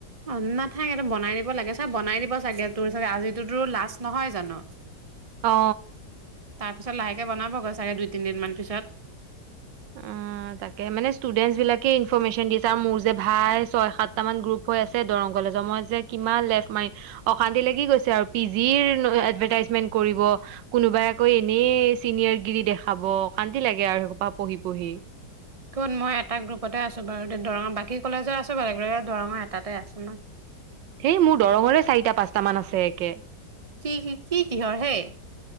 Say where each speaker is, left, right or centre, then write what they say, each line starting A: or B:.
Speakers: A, on the right; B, on the right.
A: অ নাথাকেটো বনাই দিব লাগে চাৰ বনাই দিব চাগে তোৰ আজিটোতো লাষ্ট নহয় জানো।
B: অ।
A: তাৰ পিছত লাহেকে বনাবগৈ চাগে দুই তিনদিনমান পিছত
B: অ তাকে মানে ষ্টুডেন্টছ বিলাকে ইনফৰমেচন দিছে আৰু মোৰ যে ভাই ছয় সাতটা মান গ্ৰুপ হৈ আছে দৰং কলেজৰ মই যে কিমান লেফ মাৰিম অশান্তি লাগি গৈছে আৰু পি জিৰ এডভাৰটাইজমেন্ট কৰিব কোনোবাই আকৌ এনেই চিনিয়ৰ গিৰি দেখাব অশান্তি লাগে আৰু পঢ়ি পঢ়ি
A: কোন মই এটা গ্ৰুপতে আছো বাৰু দে দৰঙৰ বাকী কলেজৰ আছো বাৰু বেলেগ বেগ দৰঙৰ এটাতে আছোঁ
B: সেই মোৰ দৰঙৰে চাৰিটা পাঁচটা মান আছে একে
A: কি, কি, কি কিহৰ হেই?